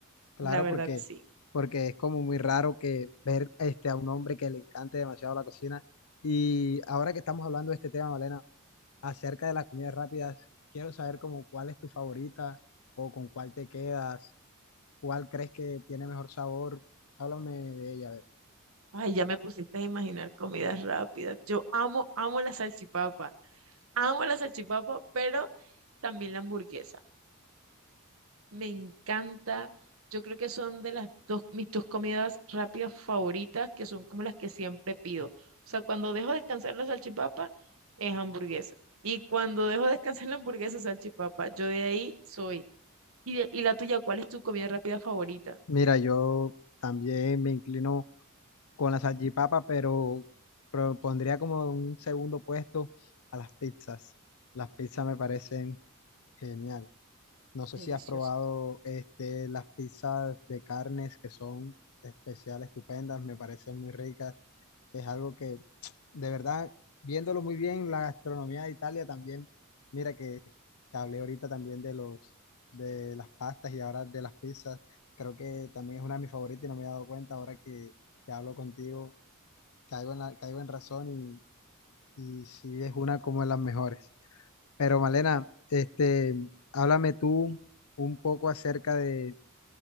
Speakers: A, on the left; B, on the right.
A: claro,
B: La verdad,
A: porque,
B: sí.
A: porque es como muy raro que ver este, a un hombre que le encante demasiado la cocina. Y ahora que estamos hablando de este tema, Malena, acerca de las comidas rápidas, quiero saber como cuál es tu favorita o con cuál te quedas, cuál crees que tiene mejor sabor. Háblame de ella, a ver.
B: Ay, ya me pusiste a imaginar comidas rápidas. Yo amo, amo la salchipapa. Amo la salchipapa, pero también la hamburguesa. Me encanta. Yo creo que son de las dos, mis dos comidas rápidas favoritas, que son como las que siempre pido. O sea, cuando dejo descansar la salchipapa, es hamburguesa. Y cuando dejo descansar la hamburguesa, salchipapa. Yo de ahí soy. Y, de- y la tuya, ¿cuál es tu comida rápida favorita?
A: Mira, yo también me inclino con la salchipapa, pero, propondría como un segundo puesto a las pizzas. Las pizzas me parecen genial. No sé
B: Delicioso.
A: si has probado este, las pizzas de carnes que son especiales, estupendas, me parecen muy ricas. Es algo que, de verdad, viéndolo muy bien, la gastronomía de Italia también. Mira que te hablé ahorita también de los, de las pastas y ahora de las pizzas. Creo que también es una de mis favoritas y no me he dado cuenta ahora que, que hablo contigo. Caigo en la- caigo en razón y, y sí es una como de las mejores. Pero Malena, este, háblame tú un poco acerca de